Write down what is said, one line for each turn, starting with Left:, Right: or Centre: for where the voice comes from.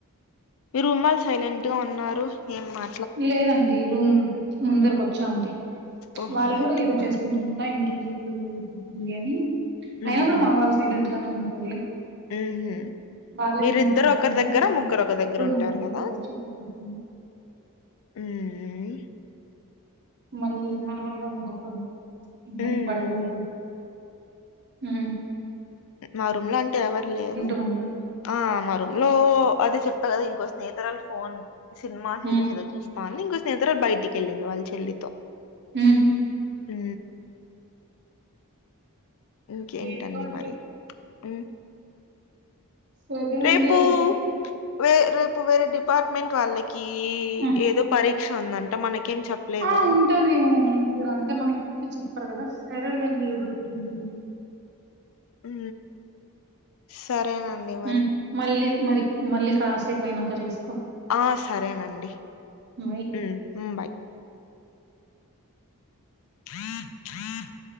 Left: మీరుూమ్వాళ్ళు సైలెంట్గా ఉన్నారు ఏం మా
Right: లేదండి రూమ్ ముందర్కోచ్చా అంతే
Left: ఓహో
Right: వాళ్ళు
Left: బయట
Right: గూడా ఏదో
Left: ఉన్నారు
Right: చేసుకుంటున్నారా ఇంకెందుకు ఇబ్బంది అని
Left: ఉహు
Right: అయినా కూడా మా వాళ్ళు సైలెంట్గానే ఉంటరులే
Left: ఉహు
Right: వాళ్ళకెందుకు
Left: మీరిద్దరు
Right: ఇబ్బంది
Left: ఒకరి
Right: అని
Left: దగ్గర
Right: నేనే
Left: ముగ్గురు ఒక దగ్గర
Right: రూమ్
Left: ఉంటారు
Right: ముందరకి
Left: కదా
Right: వచ్చాను ఉహూ
Left: ఉమ్
Right: మళ్ళీ మన వల్ల ఇంకొకరు ఇబ్బంది
Left: ఉమ్ ఉమ్
Right: పడకుడుదు హు
Left: నా రుమ్లో అంటే ఎవరూ లేరు
Right: గా ఉన్నారు
Left: ఆ మా రుమ్లో అదే చెప్పా కదా ఇంకో స్నేహితరాలు ఫోన్ సినిమా సీరిస్
Right: ఉమ్
Left: ఏదో చూస్తాంది ఇంకో స్నేహితరా బయటికి వెళ్ళింది వాళ్ళ చెల్లితో
Right: ఊహు
Left: ఊ ఇంకేంటండి
Right: ఏంటో అండి
Left: మరి ఉ
Right: సరే
Left: రేపు
Right: అండి అయితే
Left: వే రేపు వేరే డిపార్ట్మెంట్ వాళ్ళకీ ఈ
Right: ఆ
Left: ఏదో పరీ క్ష ఉందట మనకేం చెప్లేదు
Right: ఆ ఉంటదేమో మనక్గూడా అంటే మనకి ఇప్పుడు చెప్పరు గద సరేలేండి ఏదో ఒకటి ఉంటుంది
Left: ఊ సరేనండి మరి
Right: ఉమ్, మళ్ళీ మరి మళ్ళీ కాసేపు అయినాక చేస్తా
Left: ఆ సరేనండి
Right: బాయ్
Left: ఉమ్ ఉమ్ బాయ్ హ హ